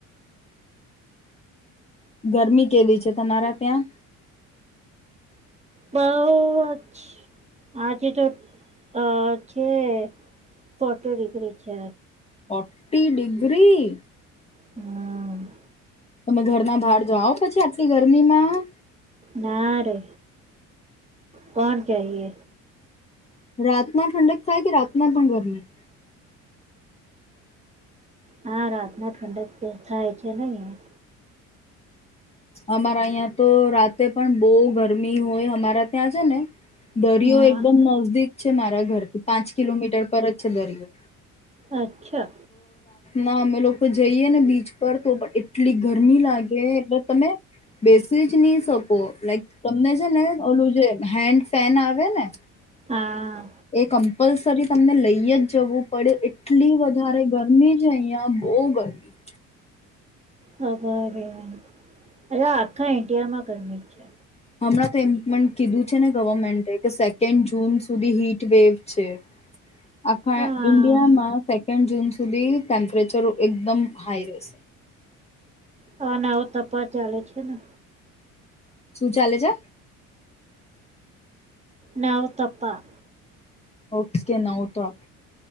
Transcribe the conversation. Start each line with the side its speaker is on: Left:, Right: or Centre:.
Left: ગરમી કેવી છે તમારા ત્યાં
Right: બહુંઅ જ આજે તો અ છે, ફોર્ટી ડિગ્રી છે
Left: ફોર્ટી ડિગ્રી
Right: હમ
Left: તમે ઘરના બહાર જાઓ પછી આટલી ગરમીમાં
Right: ના રે કોણ કે એ
Left: રાતના ઠંડક થાય કે રાતના પણ ગરમી
Right: હા રાત ના ઠંડક જ થાય છે ને અહીયા
Left: અમારા અહં તો રાતે પણ બહુ ગરમી હોય અમારા ત્યાં છે ને દરિયો
Right: હા
Left: એકદમ નજદીક છે મારા ઘર પાંચ કિલોમીટર પર જ છે દરિયો
Right: અચ્છા
Left: ના અમે લોકો જઈએ ને બીચ પર તો પણ એટલી ગરમી લાગે તમે બેસી જ નહી શકો લાઈક તમને છે ને ઓલું જે હેન્ડ ફેન આવે ને
Right: હા
Left: એ કમ્પલસરી તમને લઈ જ જવું પડ્યું એટલી વધારે ગરમી છે અહીંયા બહુ ગરમી
Right: ખબર અરે આખા ઇડિયામાં ગરમી જ છે
Left: હમણાં તો એમ પણ કીધું છે ને ગવર્મેન્ટે કે સેકન્ડ જૂન સુધી હીટવેેવ છે આખા
Right: હા
Left: ઇન્ડિયામાં સેકન્ડ જૂન સુધી ટેમ્પરેચર એકદમ હાઈ રહેશે
Right: હા, ના આવ તપ ચાલે છે ને
Left: શું ચાલે છે
Right: નવ તપા
Left: ઓ કે નવ તપ,